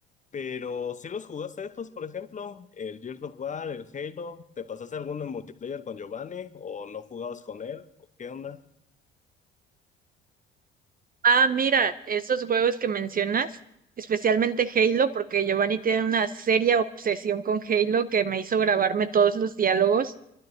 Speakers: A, on the left; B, on the right.
A: pero si los jugaste estos, por ejemplo, el Gears of War, el Halo, ¿te pasaste alguno en multiplayer con Giovanni o no jugabas con él? ¿Qué onda?
B: Ah, mira, esos juegos que mencionas, especialmente Halo, porque Giovanni tiene una seria obsesión con Halo que me hizo grabarme todos los diálogos.